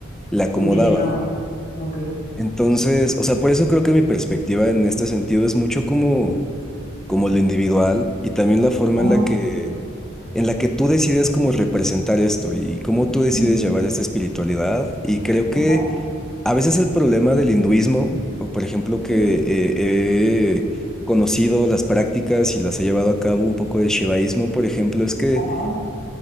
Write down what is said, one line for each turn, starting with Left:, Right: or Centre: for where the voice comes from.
Centre: le acomodaba.
Left: Le llenaba, ok,
Centre: Entonces, o sea, por eso creo que mi perspectiva en este sentido es mucho como como lo individual y también la forma
Left: ajá,
Centre: en la que, en la que tú decides cómo representar esto y cómo tú decides
Left: ujú,
Centre: llevar esta espiritualidad. Y creo que
Left: ajá,
Centre: a veces el problema del hinduismo, o por ejemplo que
Left: sí.
Centre: eh, he conocido las prácticas y las he llevado a cabo un poco de shivaísmo, por ejemplo, es que
Left: Ajá,